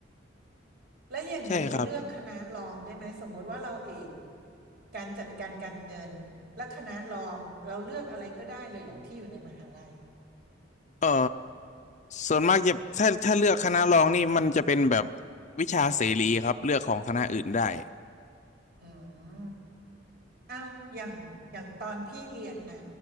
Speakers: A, on the right (about 60°); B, on the left (about 40°).
A: แล้วอย่างนี้เราเลือกคณะรองได้ไหมสมมติว่าเราเอก
B: ใช่ครับ
A: การจัดการการเงินและคณะรองเราเลือกอะไรก็ได้เลยเหรอที่อยู่ในมหาลัย
B: เอ่อส่วนมากจะถ้าถ้าเลือกคณะรองนี่มันจะเป็นแบบวิชาเสรีครับเลือกของคณะอื่นได้
A: อืม อ้าวอย่างอย่างตอนพี่เรียนนะ